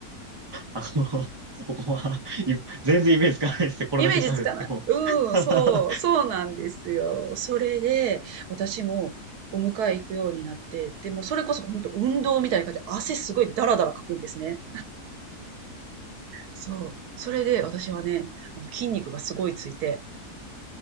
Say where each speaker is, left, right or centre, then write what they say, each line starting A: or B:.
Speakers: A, on the right; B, on the right.
A: あの、<laughs> 僕は、い全然イメージつかないですね。これだけ喋っても。
B: イメージつかない。うん、
A: <laughs>
B: そう、そうなんですよ。それで、私もお迎え行くようになって、でもそれこそ本当運動みたいな感じで汗すごいダラダラかくんですね。そう。それで私はね、あの、筋肉がすごいついて、